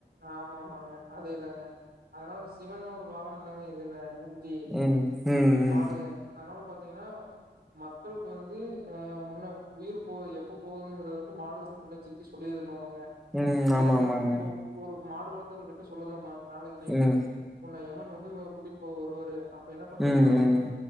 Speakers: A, on the right (about 55°); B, in the centre.
A: ஆமாமாங்க அதேதாங்க அதனால சிவனோட வாகனந்தாங்க இதுனு து
B: ம் ம் ம்
A: மாடு அதனால பா திங்ன்னா மக்களுக்கு வந்து ஆ முன்ன உயிர் போ எப்ப போதுங்கிறது வந்து மாடு வந்து முன்னெச்சரிக்கை சொல்லிரு மாமாங்க
B: ம்
A: யமன்
B: ஆமா ஆமாங்க
A: இப்ப உ இப்போ மாடு வளர்த்தவர்கிட்ட சொல்லுதான்மா நாளைக்கு நைட்டு
B: ம்
A: உன்ன எமன் வந்து கூட்டிட்டு போக வருவாரு அப் இப்ப என்ன பண்றேன்னா
B: ம்
A: ஒ
B: ம்